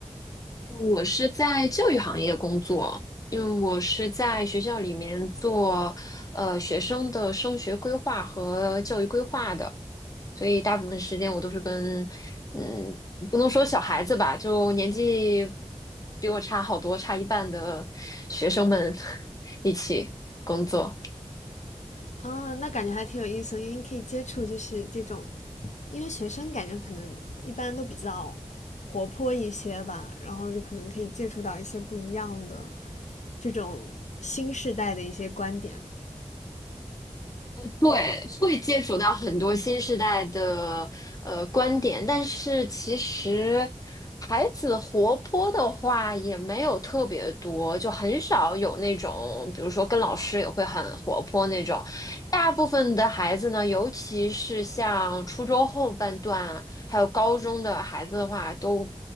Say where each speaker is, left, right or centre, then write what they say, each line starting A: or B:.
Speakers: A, on the left; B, on the left.
A: 我是在教育行业工作，因为我是在学校里面做呃学生的升学规划和教育规划的，所以大部分时间我都是跟嗯，不能说小孩子吧，就年纪比我差好多，差一半的学生们 <laughs> 一起工作。
B: 哦，那感觉还挺有意思的，因为你可以接触就是这种，因为学生感觉可能一般都比较活泼一些吧，然后就可能可以接触到一些不一样的这种新时代的一些观点。
A: 对，会接触到很多新时代的呃观点，但是其实孩子活泼的话也没有特别多，就很少有那种，比如说跟老师也会很活泼那种。大部分的孩子呢，尤其是像初中后半段，还有高中的孩子的话，都